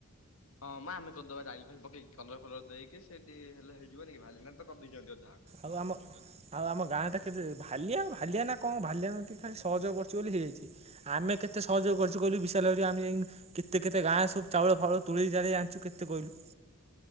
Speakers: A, on the left (about 85°); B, on the right (about 30°).
A: ହଁ ମଁ ଆମେ କରିଦବା ଟାଇଲି ଫାଇଲି ପକେଇକି, କଲର ଫଲର ଦେଇକି, ସେଠି ହେଲେ ହେଇ ଯିବନି କି, ଭାଲେନା ତ କରିଦେଇଛନ୍ତି ଅଧା।
B: ଆଉ ଆମ ଆଉ ଆମ ଗାଁ ଟା କେବେ, ଭାଲିଆ ଭାଲିଆନା କଣ? ଭାଲିଆ ଏମିତି ଖାଲି ସହଯୋଗ କରୁଚି ବୋଲି ହେଇଯାଇଛି। ଆମେ କେତେ ସହଯୋଗ କରୁଛୁ କହିଲୁ, ବିଶାଲ ହେରିକା ଆମେ ଯାଇଁ କେତେ କେତେ ଗାଁ ସବୁ ଚାଉଳ ଫାଉଳ ତୁଳେଇ ତାଳେଇ ଆଣିଛୁ କେତେ କହିଲୁ?